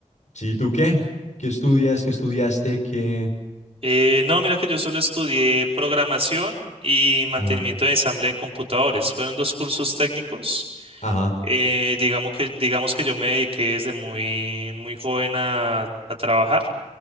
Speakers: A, on the left; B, on the right.
A: Sí, ¿tú qué? ¿Qué estudias? ¿Qué estudiaste? ¿Qué?
B: Eh, no, mira que yo solo estudié programación y mantenimiento
A: Ajá,
B: de ensamble de computadores. Fueron dos cursos técnicos.
A: ajá.
B: Eh, digamos que, digamos que yo me dediqué desde muy, muy joven a, a trabajar.